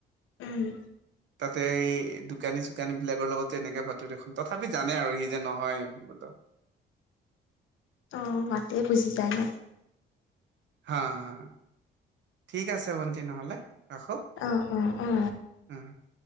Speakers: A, on the left; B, on the right.
A: উম
B: তাতে এই দোকানী -চোকানীবিলাকৰ লগতে এনেকে ভাতো দেখোন তথাপি জানে আৰু সি যে নহয় বোলো।
A: ত মাতে বুজি যায় ন।
B: হা হা, ঠিক আছে ভণ্টি নহ'লে ৰাখো।
A: অ অ অ।
B: উ।